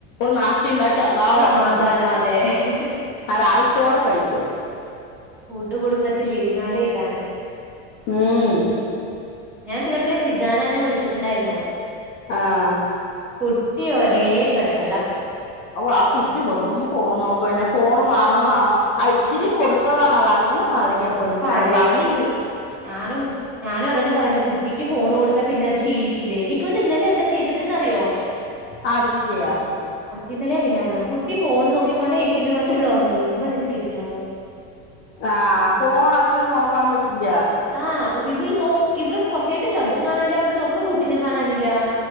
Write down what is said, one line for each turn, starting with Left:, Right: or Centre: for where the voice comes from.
Left: നാം ഉണ്ടാക്കി അളളാ
Centre: സമാധാനം
Left: വട്ടിരിക്കും
Centre: അതെ
Left: ആ രാവിലത്തോടെ കഴിക്കും
Centre: കൂട്ടുകുടുംബത്തിൽ ഇരുന്നാലേ ഇതാണ്
Left: ഉം
Centre: ഞാൻ തിരപ്പളി സിജാന എന്നെ വിളിച്ചിട്ടുണ്ടായിരുന്നു
Left: ആഹ
Centre: കുട്ടി ഒരേ ബഹളം
Left: ആ കുട്ടി വെറും ഫോൺ നോക്കന്നെ ഫോൺ വേണം
Centre: ആ
Left: വേണം അത് ഇത്തിരി കൊടുത്തതാണ് താങ്ങന പ്പന്ന്
Centre: പഴകി
Left: ഞാൻ പറയണ്ട്
Centre: ഞാനും ഞാനും അതന്നെ പറയെ കുട്ടിക്ക് ഫോൺ കൊടുത്താ പിന്നെ അത് ശീലിക്കില്ലേ ഇപ്പൊ ഇന്നലെ എന്താ ചെയ്തതന്നറിയോ
Left: ആര് സിജയാ
Centre: ഇന്നലെയ മിനി ഞാന്നാ കുട്ടി ഫോണ് നോക്കിയിരിക്ക്ണ്ട പറഞ്ഞ് ഇവള് ഉറങ്ങി ഉമ്മ നിസ്കരിക്കുന്നു
Left: ആഹ് ഫോൺ അങ്ങനെ നോക്കാൻ പറ്റില്ല
Centre: ആ ഇവള് നോ ഇവള് കുറച്ച കഴിഞ്ഞിട്ട് ശബ്ദം കാണാനില്ല പറഞ്ഞിട്ട് നോക്കുണു കുട്ടിനെ കാണാനില്ല